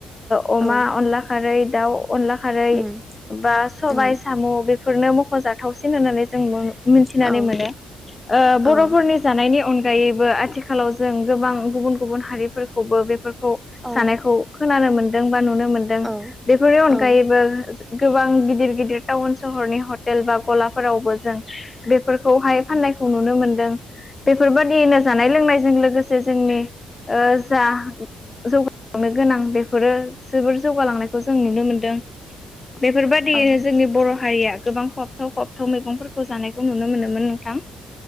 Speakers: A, on the left (about 25°); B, in the centre.
A: ओ अमा,
B: औ
A: अनला खारै दाउ, अनला खारै
B: उम
A: बा सबाय
B: उम
A: साम' बेफोरनो मख'जाथावसिन होननानै जों मिथिनानै
B: औ
A: मोनो। ओ
B: औ
A: बर'फोरनि जानायनि अनगायैबो आथिखा आथिखालाव जों गोबां गुबुन-गुबुन हारिफोरखौबो बेफोरखौ
B: औ
A: जानायखौ खोनानो मोन दों बा नुनो मोनदों
B: औ
A: बेफोरनि अनगायैबो
B: औ
A: गोबां गिदिर गिदिर टाउन सहरनि हटेल बा गलाफोरावबो जों बेफोरखौहाय फाननायखौ नुनो मोनदों बेफोरबायदियनो जानाय लोंनायजों लोगो लोगोसे जोंनि ओ जा जौगालांनो गोनां बेफोरो जोबोर जौगालांनायखौ जों नुनो मोनदों। बेफोरबादियैनो
B: औ
A: जोंनि बर' हारिया गोबां खहाबथाव खहाबथाव मैगंफोरखौ जानायखौ नुनो मोनोमोन नोंथां